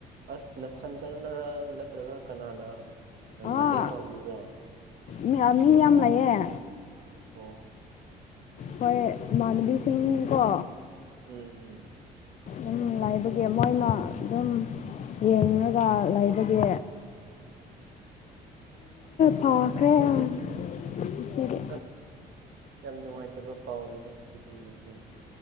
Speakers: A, on the right (about 65°); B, on the left (about 45°).
A: ꯑꯁ ꯅꯊꯟꯇꯅꯔ ꯅꯠꯇ꯭ꯔꯒ ꯀꯅꯥꯅ
B: ꯑꯥ
A: ꯃꯇꯦꯡ ꯄꯥꯡꯕꯤꯕꯔꯣ
B: ꯃꯤ ꯌꯥꯝ ꯂꯩꯌꯦ
A: ꯑꯣ
B: ꯍꯣꯏ ꯃꯥꯟꯕꯤ ꯁꯤꯡꯀꯣ
A: ꯎꯝ ꯎꯝ
B: ꯑꯗꯨꯝ ꯂꯥꯏꯕꯒꯤ
A: ꯑꯁ
B: ꯃꯣꯏꯅ ꯑꯗꯨꯝ ꯌꯦꯡꯉꯒ ꯂꯩꯕꯒꯤ ꯐꯥꯎꯈ꯭ꯔꯦ
A: ꯑꯁ
B: ꯑ ꯉꯁꯤꯗꯤ
A: ꯑꯁ ꯌꯥꯝ ꯅꯨꯡꯉꯥꯏꯇꯕ ꯄꯥꯎꯅꯤꯅꯦ ꯁꯤꯒꯨꯝꯕꯁꯤ ꯫